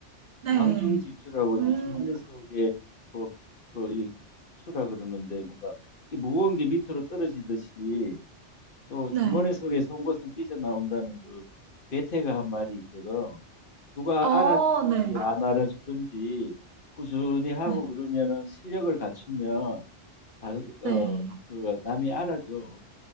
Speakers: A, on the right; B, on the left.
A: 네.
B: 낭중지추라고 이제
A: 음,
B: 주머니 속에 뭐, 뭐, 이 추라 그러는데 뭔가 이 무거운 게 밑으로 떨어지듯이 또
A: 네.
B: 주머니 속에 온 것은 삐져나온다는 그 괴테가 한 말이 있거든. 누가
A: 어,
B: 알아주든지
A: 네.
B: 안 알아주든지 꾸준히 하고
A: 네.
B: 그러면은 실력을 갖추면 다른, 어,
A: 네.
B: 그 남이 알아줘.